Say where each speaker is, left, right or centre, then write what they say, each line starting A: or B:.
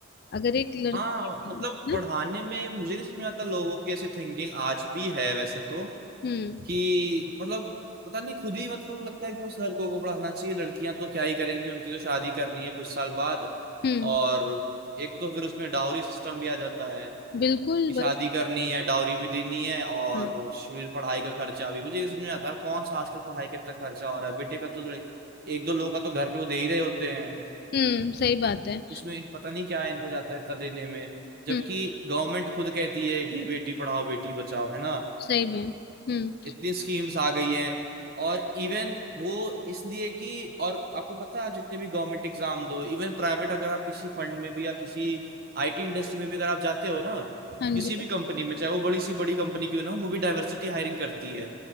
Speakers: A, on the left (about 50°); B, on the right (about 50°).
A: अगर एक लड़की
B: हाँ
A: है
B: मतलब पढ़ाने
A: ना
B: में मुझे नहीं समझ में आता लोगों की ऐसे थिंकिंग आज भी है वैसे तो
A: हम्म
B: कि मतलब पता नहीं खुद ही मतलब लगता है कि बस लड़कों को पढ़ाना चाहिए लड़कियां तो क्या ही करेंगी उनकी तो शादी करनी है कुछ साल बाद
A: हम्म
B: और एक तो फिर उसमें डाउरी सिस्टम भी आ जाता है
A: बिल्कुल
B: कि शादी
A: वही
B: करनी है डाउरी भी देनी है और
A: हम्म
B: फिर पढ़ाई का खर्चा भी मुझे ये समझ में आता है कौन सा आजकल पढ़ाई का इतना खर्चा हो रहा है बेटे का तो थोड़ा- एक दो लोग का तो घर पे वो दे ही रहे होते हैं
A: हम्म सही बात है
B: उसमें पता नहीं क्या है इनको जाता है इतना देने में जबकि
A: हम्म
B: गवर्नमेंट खुद कहती है कि बेटी पढ़ाओ बेटी बचाओ है ना
A: सही में हम्म
B: इतनी स्कीम्स आ गई हैं और इवन वो इसलिए कि और आपको पता है आप जितने भी गवर्नमेंट एग्जाम दो इवन प्राइवेट अगर आप किसी फंड में भी या किसी आईटी इंडस्ट्री में भी अगर आप जाते हो ना
A: हाँ
B: किसी
A: जी
B: भी कंपनी में चाहे वो बड़ी सी बड़ी कंपनी क्यों ना हो, वो भी डाइवर्सिटी हायरिंग करती है